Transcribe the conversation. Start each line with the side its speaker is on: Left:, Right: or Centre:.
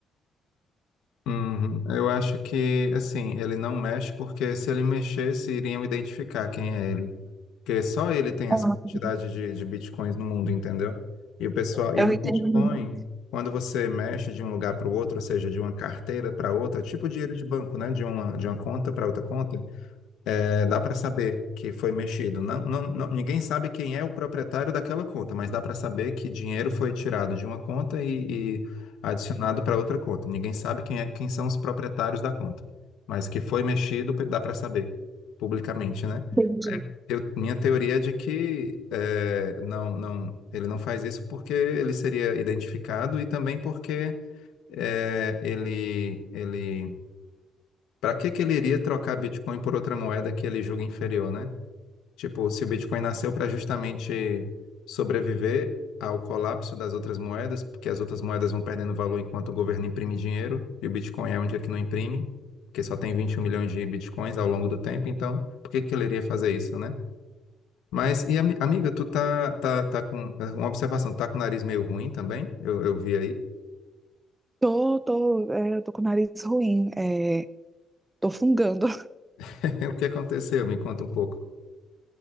Left: Uhum. Eu acho que, assim, ele não mexe porque se ele mexesse, iriam identificar quem é ele. Porque só ele tem
Right: Ah,
Left: essa quantidade de, de bitcoins no mundo, entendeu? E o pessoal,
Right: Eu
Left: e no
Right: entendi.
Left: Bitcoin, quando você mexe de um lugar para o outro, ou seja, de uma carteira para outra, tipo dinheiro de banco, né? De uma, de uma conta para outra conta, É, dá para saber que foi mexido. Não, não, não- ninguém sabe quem é o proprietário daquela conta, mas dá para saber que dinheiro foi tirado de uma conta e, e adicionado para outra conta. Ninguém sabe quem é, quem são os proprietários da conta, mas que foi mexido, dá para saber publicamente, né?
Right: entendi.
Left: Eu, minha teoria é de que é, não, não, ele não faz isso porque ele seria identificado e também porque é, ele, ele, para que que ele iria trocar Bitcoin por outra moeda que ele julga inferior, né? Tipo, se o Bitcoin nasceu para justamente sobreviver ao colapso das outras moedas, porque as outras moedas vão perdendo valor enquanto o governo imprime dinheiro, e o Bitcoin é onde é que não imprime, porque só tem 21 milhões de Bitcoins ao longo do tempo, então por que que ele iria fazer isso, né? Mas, e ami- amiga, tu tá, tá, tá com é, uma observação, tá com o nariz meio ruim também? Eu, eu vi aí.
Right: Tô, tô, é, eu tô com o nariz ruim, é, tô fungando.
Left: <laughs> O que aconteceu? Me conta um pouco.